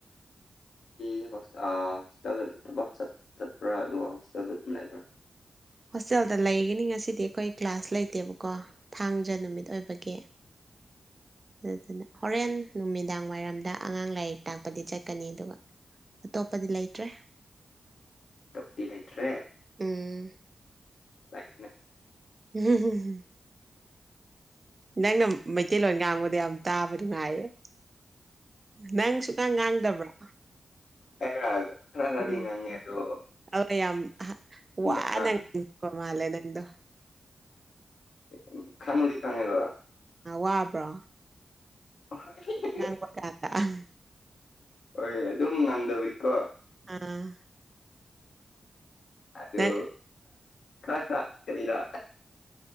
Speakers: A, on the left; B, on the right.
A: ꯉ ꯍꯣꯁꯇꯦꯜ ꯊꯕꯛ ꯆꯠꯄ꯭ꯔꯥ ꯑꯗꯨꯒ ꯍꯣꯁꯇꯦꯜꯗ ꯑꯗꯨꯝ ꯂꯩꯕ꯭ꯔꯥ
B: ꯍꯣꯁꯇꯦꯜꯗ ꯂꯩꯒꯅꯤ ꯉꯁꯤꯗꯤ ꯑꯩꯈꯣꯏ ꯀ꯭ꯂꯥꯁ ꯂꯩꯇꯦꯕꯀꯣ ꯊꯥꯡꯖ ꯅꯨꯃꯤꯠ ꯑꯣꯏꯕꯒꯤ ꯑꯗꯨꯗꯨꯅ ꯍꯣꯔꯦꯟ ꯅꯨꯃꯤꯗꯥꯡ ꯋꯥꯏꯔꯝꯗ ꯑꯉꯥꯡ ꯂꯥꯏꯔꯤꯛ ꯇꯥꯛꯄꯗꯤ ꯆꯠꯀꯅꯤ ꯑꯗꯨꯒ ꯑꯇꯣꯞꯄꯗꯤ ꯂꯩꯇ꯭ꯔꯦ
A: ꯇꫭꯞꯇꯤ ꯂꯩꯇꯔꯦ
B: ꯎꯝ
A: ꯂꯩꯅꯦ
B: ꯎꯝ ꯅꯪꯅ ꯃꯩꯇꯩꯂꯣꯟ ꯉꯥꯡꯕꯗ ꯌꯥꯝ ꯇꯥꯕ ꯅꯨꯡꯉꯥꯏꯌꯦ ꯅꯪ ꯁꯨꯛꯉꯥꯡ ꯉꯥꯡꯗꯕ꯭ꯔꫭ
A: ꯑꯩꯅ ꯈꯔ ꯈꯔꯗꯤ
B: ꯎꯝ
A: ꯉꯥꯡꯉꯦ ꯑꯗꯣ
B: ꯑꯗꫭ ꯌꯥꯝ ꯋꯥꯅ
A: ꯌꯥꯝ ꯉꯥꯡ
B: ꯂꯤꯛꯄ ꯃꯥꯜꯂꯦ ꯅꯪꯗꯣ
A: ꯎꯝ ꯈꯪꯕꯨꯗꯤ ꯈꯪꯉꯦꯕ
B: ꯑ ꯋꯥꯕ꯭ꯔꯣ
A: ꯑ <unintelligible>
B: ꯉꯥꯡꯕ ꯀꯥꯟꯗ ꯑꯥ
A: ꯍꯣꯏ ꯑꯗꯨꯝ ꯉꯪꯗꯕꯩꯀꯣ
B: ꯑꯥ
A: ꯑꯗꯨ
B: ꯅꯪ
A: ꯈꯥ ꯈꯥ ꯀꯕꯤꯔ